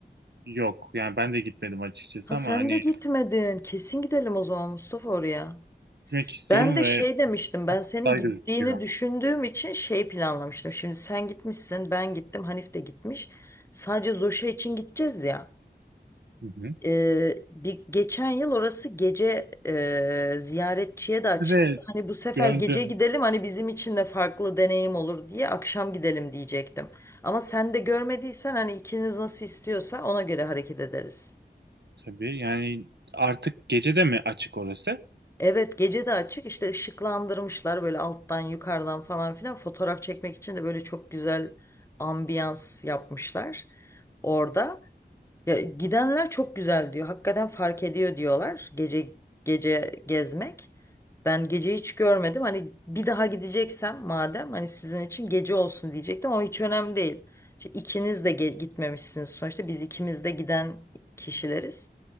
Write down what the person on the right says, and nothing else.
Yok. Yani ben de gitmedim açıkçası
ama hani
gitmek istiyorum
ve
güzel
gözüküyor.
Hı hı.
Ve
gördüm
tabii. Yani artık gece de mi açık orası?